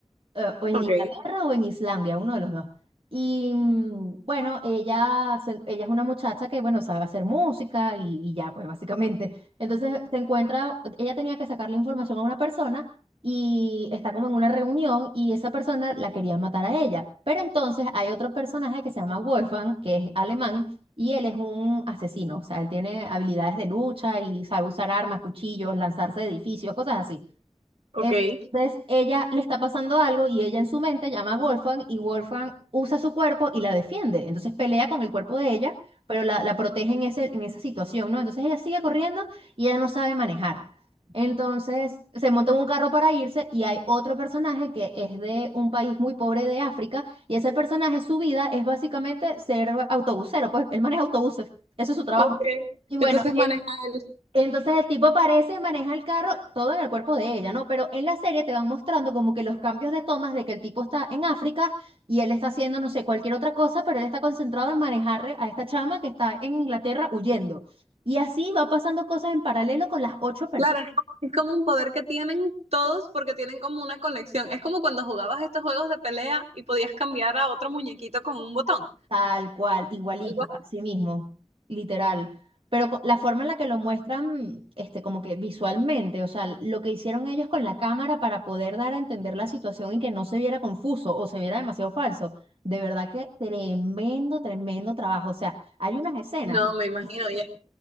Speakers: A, on the right; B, on the right.
A: eh, o en
B: ok,
A: Inglaterra o en Islandia, uno de los dos. Y mm, bueno, ella, se- ella es una muchacha que, bueno, sabe hacer música y, y ya, pues básicamente. Entonces se encuentra, ella tenía que sacarle información a una persona y está como en una reunión y esa persona la quería matar a ella. Pero entonces hay otro personaje que se llama Wolfgang, que es alemán. Y él es un asesino, o sea, él tiene habilidades de lucha y sabe usar armas, cuchillos, lanzarse de edificios, cosas así.
B: ok,
A: Entonces ella le está pasando algo y ella en su mente llama a Wolfgang y Wolfgang usa su cuerpo y la defiende. Entonces pelea con el cuerpo de ella, pero la, la protege en ese, en esa situación, ¿no? Entonces ella sigue corriendo y ella no sabe manejar. Entonces se monta en un carro para irse y hay otro personaje que es de un país muy pobre de África y ese personaje su vida es básicamente ser autobusero, pues él maneja autobuses, ese es su trabajo.
B: ok.
A: Y bueno,
B: Entonces maneja el...
A: entonces el tipo aparece, maneja el carro, todo en el cuerpo de ella, ¿no? Pero en la serie te van mostrando como que los cambios de tomas de que el tipo está en África y él está haciendo, no sé, cualquier otra cosa, pero él está concentrado en manejar a esta chama que está en Inglaterra huyendo. Y así va pasando cosas en paralelo con las ocho personas
B: Claro, es como- es como un poder que tienen todos porque tienen como una conexión. Es como cuando jugabas estos juegos de pelea y podías cambiar a otro muñequito con un botón.
A: Tal cual, igualito,
B: Algo así.
A: así mismo, literal. Pero co- la forma en la que lo muestran, este, como que visualmente, o sea, lo que hicieron ellos con la cámara para poder dar a entender la situación y que no se viera confuso o se viera demasiado falso. De verdad que tremendo, tremendo trabajo. O sea, hay unas escenas.
B: No, me imagino. Y es